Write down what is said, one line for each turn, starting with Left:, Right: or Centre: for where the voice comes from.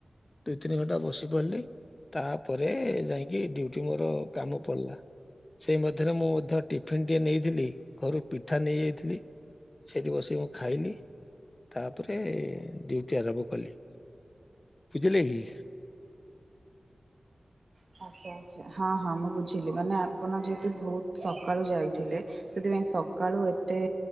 Left: ଦୁ ତିନି ଘଣ୍ଟା ବସି ପଡିଲି ତାପରେ ଯାଇକି ଡ୍ୟୁଟି। ମୋର କାମ ପଡିଲା। ସେଇ ମଧ୍ୟରେ ମୁଁ ମଧ୍ୟ ଟିଫିିନଟିଏ ନେଇଥିଲି ଘରୁ ପିଠା ନେଇଯାଇଥିଲି। ସେଠି ବସିକି ମୁଁ ଖାଇଲି ତାପରେ ଡ୍ୟୁଟି ଆରମ୍ଭ କଲି। ବୁଝିଲେ କି।
Right: ହ ଆଚ୍ଛା ଆଛା, ହଁ ହଁ ମୁଁ ବୁଝିଲି ମାନେ ଆପଣ ଯେହେତୁ ବହୁତ ସକାଳୁ ଯାଇଥିଲେ ସେଥିପାଇଁ ସକାଳୁ ଏତେ